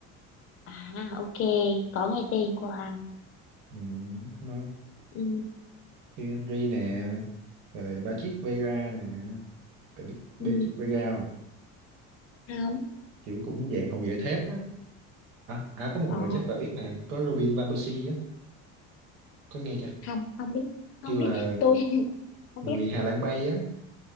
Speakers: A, on the left; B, on the right.
A: À ok, có nghe tên của à.
B: ừ, nó
A: Ừ,
B: Thi Henry nè rồi Patrick Vieira nè phải biết
A: ừ,
B: Patrick Vieira không?
A: không.
B: kiểu cũng dạng hậu vệ thép á À, à có một
A: Ờ,
B: người chắc bà biết nè, có Robin Van Persie á, có nghe chưa?
A: không, không biết, không
B: Kêu
A: biết.
B: là
A: Tôi <laughs> không
B: người
A: biết.
B: Hà Lan bay á,